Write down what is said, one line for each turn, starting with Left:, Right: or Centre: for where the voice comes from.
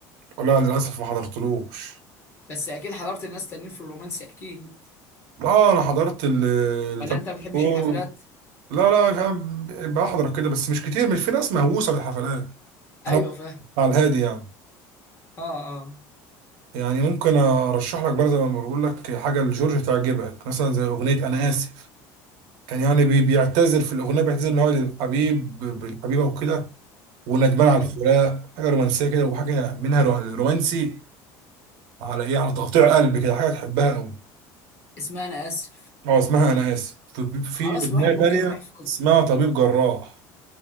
Right: لا للاسف ما حضرتلوش
Left: بس اكيد حضرت الناس تانيين في الرومانس اكيد
Right: اه انا حضرت اللي
Left: ولا
Right: تامر
Left: انت ما بتحبش
Right: عاشور
Left: الحفلات
Right: لا لا فاهم بحضر كده بس مش كتير مش في ناس مهووسة بالحفلات انا
Left: ايوه فاهم
Right: على الهادي يعني
Left: اه اه
Right: يعني ممكن ارشح لك برضه زي ما بقول لك حاجه لجورج تعجبك مثلا زي اغنيه انا اسف كان يعني بي- بيعتذر في الاغنيه بيعتذر ان هو للحبيب بالحبيبه وكده وندمان
Left: اه
Right: على الفراق حاجه رومانسيه كده وحاجه منها رو- رومانسي على ايه على تقطيع قلب كده حاجه تحبها قوي
Left: اسمها انا اسف
Right: اه اسمها انا اسف في في
Left: خلاص
Right: اغنيه
Left: الواحد ممكن
Right: تانية
Left: يحفظ
Right: اسمها طبيب جراح